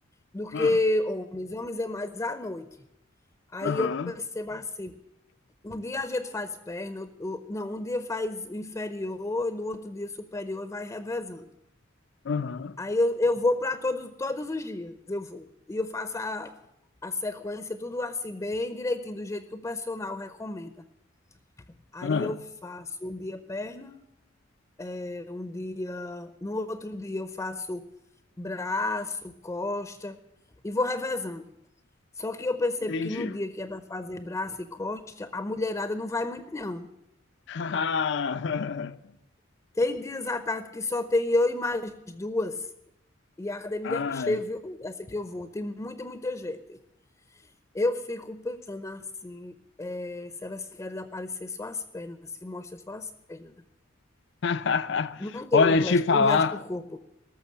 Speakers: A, on the left; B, on the left.
A: do que
B: Mano,
A: homens. Homens é mais à noite. Aí
B: aham,
A: eu percebo assim, um dia a gente faz perna, outro- não, um dia faz inferior, no outro dia superior e vai revezando.
B: aham,
A: Aí eu, eu vou para todos, todos os dias, eu vou. E eu faço a, a sequência, tudo assim, bem direitinho, do jeito que o personal recomenda. Aí
B: aham.
A: eu faço um dia perna, eh, um dia. No outro dia eu faço braço, costa, e vou revezando. Só que eu percebo
B: entendi.
A: que no dia que é para fazer braço e costa, a mulherada não vai muito, não.
B: <laughs>
A: Tem dias à tarde que só tem eu e mais duas. E a academia
B: Ai.
A: é cheia, viu? Essa que eu vou. Tem muita, muita gente. Eu fico pensando assim, é, se elas querem aparecer só as pernas, se mostra só as pernas.
B: <laughs>
A: Não tem
B: Olha,
A: o resto,
B: te falar.
A: o resto do corpo.